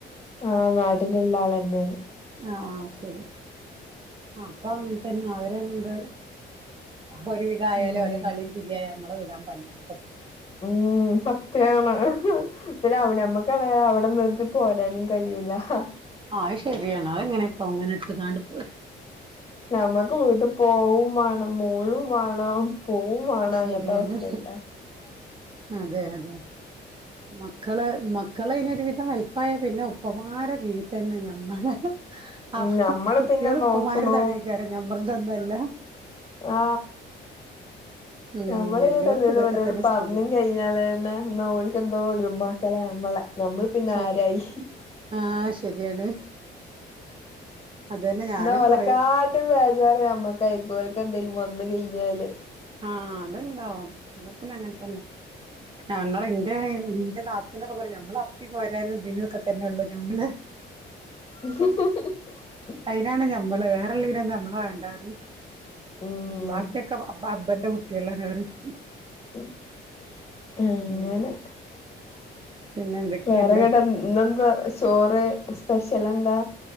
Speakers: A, on the left (about 30°); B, on the right (about 25°).
A: ആ നാട്ടിലുള്ള ആളെന്നേണ്
B: ആ ആ ശരി ആ അപ്പൊ അങ്ങൻത്തന്നെ അവരങ്ങണ്ട് ഒരുവിധ ആയാലും
A: ഉം
B: ഒരോ കളിയും ചിരിയാ നമ്മളെ വിടാൻ പണിയാണ്
A: ഉം സത്യാണ് പ്പൊ നമ്മക്കണവിടെ നിർത്തി പോരാ കഴിയൂല <unintelligible>
B: ആ ശരിയാണ് അത എങ്ങനെപ്പ അങ്ങനെ ഇട്ട് കണ്ട് പോരാ
A: ഞമ്മക്ക് വീട്ടിൽ പോവും വേണം- മോളും പോവും വേണം
B: ശരിയാണ്
A: അങ്ങത്തെ അവസ്ഥ ഇല്ല <unintelligible>
B: അതെ അതെ മക്കള്- മക്കള് ഇതിനൊരു വിധം വലുപ്പായ പിന്നെ ഉപ്പമാരെ രീതി തന്നെ ഞമ്മളെ ആ
A: ഉം നമ്മള്
B: കുട്ടികൾ
A: പിന്നെ
B: ഉപ്പമാരുതാണ്
A: നോക്കണു
B: കാര്ം ഞമ്മളെതൊന്നും അല്ല
A: ആ
B: ഉം
A: നമ്ള് ഇങ്ങോട്ട്
B: എല്ലോടത്തും
A: എന്തേലും
B: ഇതൊക്കെ
A: ഓലോട്
B: തന്നെ
A: പറഞ്ഞും
B: സ്ഥിതി
A: കഴിഞ്ഞാലായി എന്നാ ഓല ക്ക് എന്തോ നമ്മളെ <unintelligible> <unintelligible>
B: ശരി
A: ആരായി
B: ആ ശരിയാണ് അതന്നെ ഞാനും
A: എന്നാ ഓലക്കാട്ടും
B: പറയും
A: ബേജാർ നമ്മക്കായിരിക്കും ഓലക്ക് എന്തേലും വന്ന കഴിഞ്ഞാല്
B: ആ അത്ണ്ടാവും- അത് പിന്നെ അങ്ങനെത്തന്നെ നമ്മള് ഇന്റെ ഇന്റെ നാത്തൂനൊക്കെ പറയും നമ്മള് അപ്പി കേരാനും ഇതിനൊക്കെ തന്നെ ഉള്ളു നമ്മള്
A: മ് മ് <unintelligible>
B: അതിനാണ് ഞമ്മള് വേറെള്ളീന നമ്മള വേണ്ട പറയും
A: ഉം
B: ബാക്കിയൊക്കെ അബ്ബന്റെ കുട്ടികളാണ് പറയും
A: ഹ്മ്മ്- അങ്ങനെ
B: ഉം പിന്നെ എന്തൊക്കെയുണ്ട്
A: വേറെങ്ങട്ട- ഇന്നെന്താ ചോറ് സ്പെഷ്യൽ എന്താ